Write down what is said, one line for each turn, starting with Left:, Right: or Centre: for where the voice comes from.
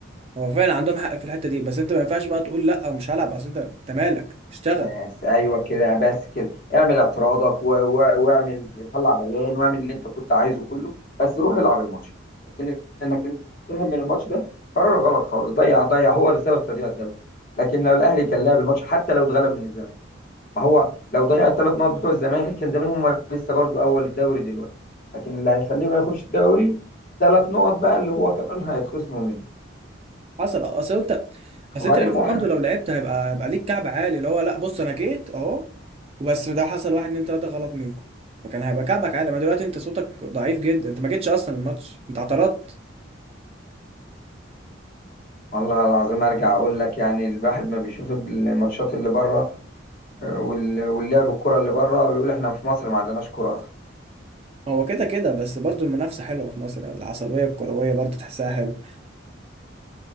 Right: هو فعلا عندهم حق في الحته دي بس انت ما ينفعش بقى تقول لا ومش هلعب اصل انت انت مالك اشتغل
Left: بس ايوه كده بس كده اعمل اعتراضك و- و- واعمل طلع بيان واعمل اللي انت كنت عايزه كله بس روح العب الماتش لكن انك تنسحب من الماتش ده قرار غلط خالص ضيع ضيع هو اللي سبب تضييع الدوري لكن لو الاهلي كان لعب الماتش حتى لو اتغلب من الزمالك ما هو لو ضيع الثلاث نقط بتوع الزمالك كان زمان هم لسه برضو اول الدوري دلوقتي لكن اللي هيخليه ما ياخدش الدوري ثلاث نقط بقى اللي هو كمان هيتخصموا منه
Right: حصل اه اصل انت اصل
Left: وبعدين
Right: انت
Left: هو
Right: برضه لو لعبت هيبقى هيبقى ليك كعب عالي اللي هو لا بص انا جيت اهو وبس ده حصل واحد اتنين تلاته غلط منكم فكان هيبقى كعبك عالي ما دلوقتي انت صوتك ضعيف جدا انت ما جيتش اصلا الماتش انت اعترضت
Left: والله العظيم ارجع اقول لك يعني الواحد ما بيشوف الماتشات اللي بره آه، وال- واللعب الكرة اللي بره ويقول احنا في مصر ما عندناش كرة اصلا
Right: هو كده كده بس برضه المنافسه حلوه في مصر العصبيه الكرويه برضه تحسها حلوه